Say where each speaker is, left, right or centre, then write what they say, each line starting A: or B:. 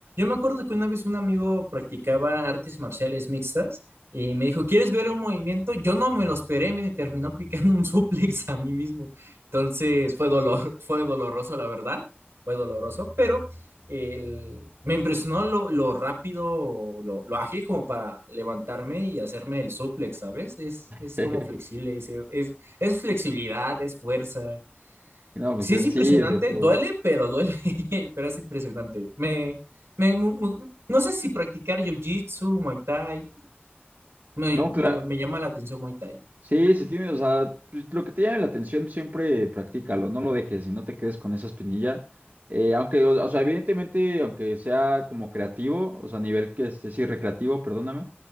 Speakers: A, on the right (about 90°); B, on the right (about 50°).
A: me acuerdo que una vez un amigo practicaba artes marciales mixtas y me dijo, ¿quieres ver un movimiento? Yo no me lo esperé, me terminó aplicando un <laughs> suplex a mí mismo. Entonces fue dolor, fue doloroso, la verdad, fue doloroso, pero el... Me impresionó lo, lo rápido, lo, lo, ágil como para levantarme y hacerme el suplex, ¿sabes? Es,
B: <laughs>
A: es como flexible, es, es, es flexibilidad, es fuerza.
B: No, pues
A: Sí
B: es-
A: es impresionante,
B: sí, es de todo.
A: duele, pero duele, <laughs> pero es impresionante. Me, me, me, no sé si practicar jiu-jitsu, Muay Thai, me,
B: No,
A: me,
B: claro.
A: me llama la atención Muay Thai.
B: Sí, si tienes, o sea, pues, lo que te llame la atención, siempre practícalo, no lo dejes y no te quedes con esa espinilla. Eh, aunque, o, o sea, evidentemente, aunque sea como creativo, o sea, a nivel que este, sí, recreativo, perdóname,